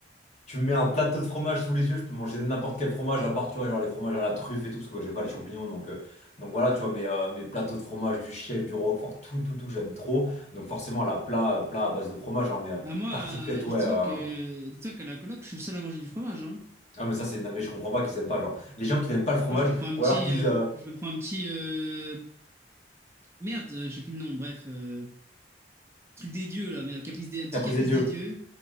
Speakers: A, on the left (about 40°); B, on the right (about 15°).
A: tu me mets un plateau de fromage sous les yeux, je peux manger n'importe quel fromage, à part, tu vois, genre les fromages à la truffe et tout, parce que ouais, j'aime pas les champignons, donc, euh, donc voilà, tu vois, mes, euh, mes plateaux de fromage du chef, du roquefort, tout, tout, tout, j'aime trop. Donc forcément, la plat, euh, plat à base de fromage, hein, mais euh,
B: bah moi,
A: tartiflette,
B: euh, dites-toi
A: ouais. euh,
B: que, dites-toi qu'à la coloc, je suis le seul à manger du fromage, hein.
A: Ah, mais ça, c'est une dinguerie, je comprends pas qu'ils aiment pas, genre, les gens qui n'aiment pas le fromage,
B: Moi, je me prends un
A: ou
B: petit,
A: alors qu'ils
B: euh,
A: disent euh,
B: je me prends un petit euh, Merde, euh, j'ai plus le nom. Bref, euh, truc des dieux là, merde, caprice des... un petit
A: caprice
B: caprice
A: des dieux.
B: des dieux.